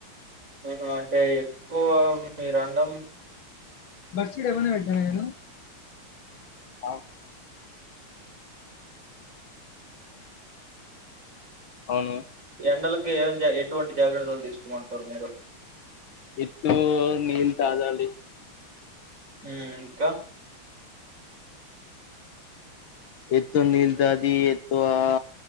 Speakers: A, on the right; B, on the left.
A: అవును అంటే ఎక్కువ మీరండం
B: బర్సడ ఎవన వెట్టాను నేను అవు అవును
A: ఎండలకి ఏ ఎటువంటి జాగ్రత్తలు తీసుకోమంటారు మీరు.
B: ఇత్తు నీల్ తాగాలి
A: ఇంకా
B: ఇత్తు నీల్ దాగి ఎక్కువ ఆ